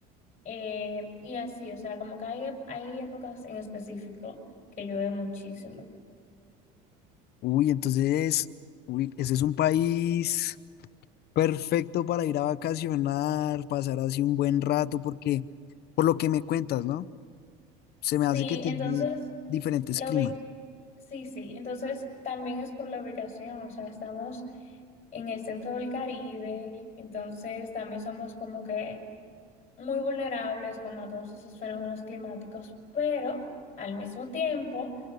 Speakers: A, on the left (about 35°); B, on the left (about 55°).
A: eh, y así, o sea, como que hay, ep- hay épocas en específico que llueve muchísimo.
B: Uy, entonces, uy, ese es un país perfecto para ir a vacacionar, pasar así un buen rato, porque por lo que me cuentas, ¿no? Se
A: Sí,
B: me hace que tiene
A: entonces...
B: diferentes
A: La
B: climas.
A: ubicación Sí, sí, entonces también es por la ubicación, o sea, estamos en el centro del Caribe, entonces también somos como que muy vulnerables como a todos esos fenómenos climáticos, pero al mismo tiempo